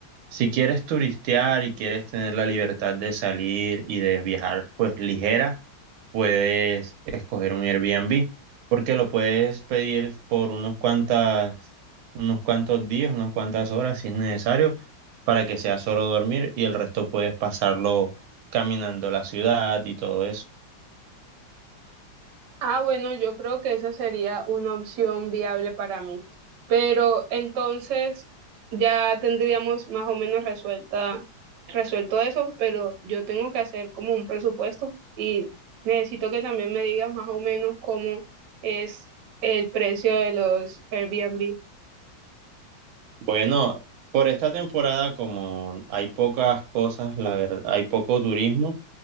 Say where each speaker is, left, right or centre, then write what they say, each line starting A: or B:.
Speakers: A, on the right; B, on the right.
A: Si quieres turistear y quieres tener la libertad de salir y de viajar, pues ligera, puedes escoger un Airbnb, porque lo puedes pedir por unos cuantas, unos cuantos días, unas cuantas horas si es necesario, para que sea solo dormir y el resto puedes pasarlo caminando la ciudad y todo eso.
B: Ah, bueno, yo creo que esa sería una opción viable para mí. Pero entonces ya tendríamos más o menos resuelta, resuelto eso, pero yo tengo que hacer como un presupuesto y necesito que también me digas más o menos cómo es el precio de los Airbnb.
A: Bueno, por esta temporada, como hay pocas cosas, la verdad, hay poco turismo,